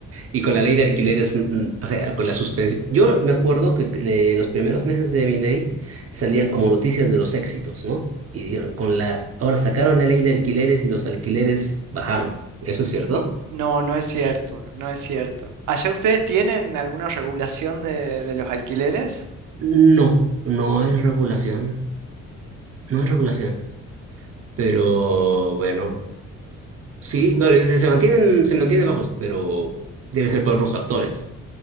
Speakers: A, on the right (about 50°); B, on the right (about 80°).
A: Y con la ley de alquileres, mm, mm, o sea, con la suspensión. Yo me acuerdo que eh, los primeros meses de mi ley salían como noticias de los éxitos, ¿no? Y dijeron, con la, ahora sacaron la ley de alquileres y los alquileres bajaron. ¿Eso es cierto?
B: no, no es cierto, no es cierto. ¿Allá ustedes tienen alguna regulación de, de los alquileres?
A: No, no es regulación, no es regulación. Pero bueno, sí, no, es- se mantienen, se mantienen bajos, pero debe ser por otros factores,